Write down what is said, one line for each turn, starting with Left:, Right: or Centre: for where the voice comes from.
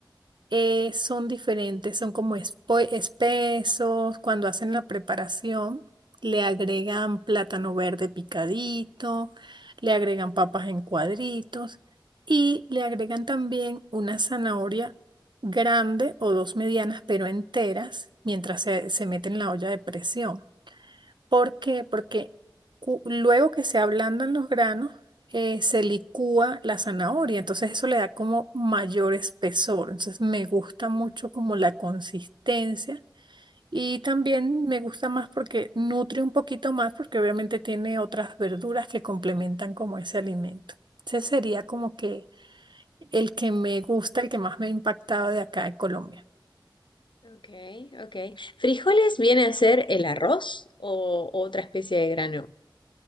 Right: eh, son diferentes, son como espo- espesos. Cuando hacen la preparación, le agregan plátano verde picadito, le agregan papas en cuadritos y le agregan también una zanahoria grande o dos medianas, pero enteras, mientras se, se mete en la olla de presión. ¿Por qué? Porque cu- luego que se ablandan los granos, eh, se licúa la zanahoria, entonces eso le da como mayor espesor. Entonces me gusta mucho como la consistencia y también me gusta más porque nutre un poquito más porque obviamente tiene otras verduras que complementan como ese alimento. Ese sería como que el que me gusta, el que más me ha impactado de acá de Colombia.
Left: Ok, ok. ¿Frijoles viene a ser el arroz o otra especie de grano?